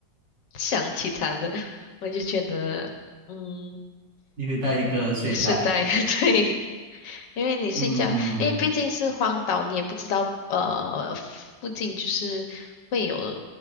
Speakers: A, on the left (about 75°); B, on the right (about 70°).
A: 想起他的，我就觉得嗯，
B: 你会带一个睡袋。
A: 睡袋 <laughs> 对。因为你睡觉，
B: 嗯
A: 因为毕竟是荒岛，你也不知道呃附近就是会有